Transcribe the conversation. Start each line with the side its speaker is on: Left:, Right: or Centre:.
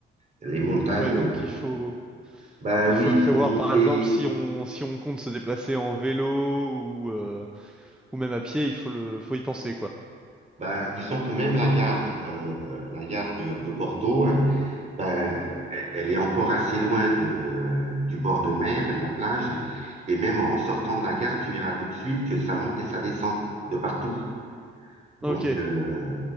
Right: les montagnes,
Centre: ouais, donc il faut,
Right: ben
Centre: il
Right: oui,
Centre: faut le
Right: il
Centre: prévoir.
Right: faut monter.
Centre: Par exemple, si on, si on compte se déplacer en vélo ou, euh, ou même à pied, il faut le, faut y penser quoi.
Right: Ben, disons que même la gare, euh, la gare de, de Porto, hein, ben, elle est encore assez loin de, euh, du bord de mer et de la plage. Et même en sortant de la gare, tu verras tout de suite que ça monte et ça descend de partout. Donc,
Centre: Ok,
Right: euh,